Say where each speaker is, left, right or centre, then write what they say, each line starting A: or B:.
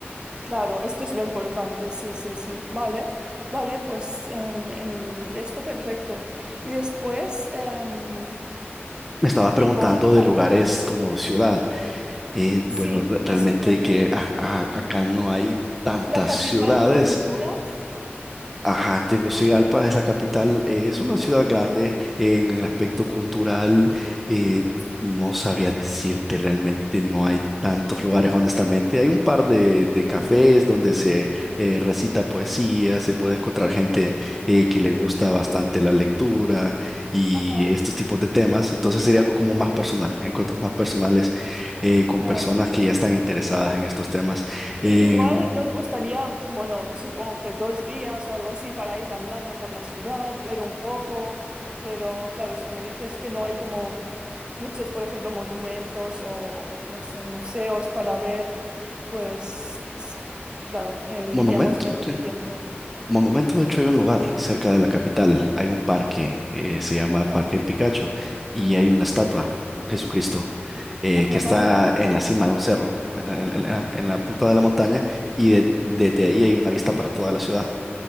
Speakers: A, on the right; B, in the centre.
A: Claro, esto es lo importante, sí, sí, sí. Vale, vale, pues em, en esto perfecto. Y después, em,
B: Me estabas
A: tipo,
B: preguntando
A: cual-
B: de lugares como ciudad. Eh, bueno,
A: sí,
B: re- realmente
A: sí, también.
B: que a- a- acá no hay tantas
A: La capital
B: ciudades
A: de Honduras.
B: Ajá, Tegucigalpa es la capital, es una ciudad grande en, el aspecto cultural, eh, no sabría decirte realmente, no hay tantos lugares honestamente, hay un par de, de cafés
A: Ujú,
B: donde se eh, recita poesía, se puede encontrar gente eh, que le gusta bastante la lectura y
A: Ajá,
B: estos tipos de temas, entonces sería algo como más personal, encuentros más personales eh, con
A: claro.
B: personas que ya están interesadas en estos temas.
A: Sí,
B: Em,
A: igual nos gustaría, bueno, supongo que dos días o algo así para ir andando por la ciudad, ver un poco, pero claro, si me dices que no hay como muchos, por ejemplo, monumentos o, no sé, museos para ver, pues, claro, eh,
B: Monumento,
A: iríamos menos
B: sí.
A: tiempo.
B: Monumento, de hecho, hay un lugar cerca de la capital, hay un parque, eh, se llama
A: Ah,
B: Parque del Picacho, y hay una estatua, de Jesucristo, eh,
A: ah,
B: que está
A: vale.
B: en la cima de un cerro, en, la en la- en la punta de la montaña, y de- desde ahí hay una vista para toda la ciudad.